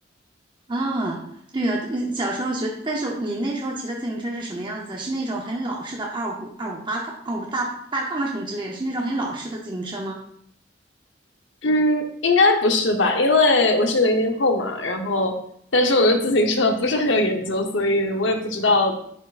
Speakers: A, on the right; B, on the left.
A: 啊？对呀，呃小时候学，但是你那时候骑的自行车是什么样子？是那种很老式的二五二五八杠、二五大大杠啊什么之类的，是那种很老式的自行车吗？
B: 嗯，应该不是吧？因为我是零零后嘛，然后但是我对自行车不是很有研究，所以我也不知道，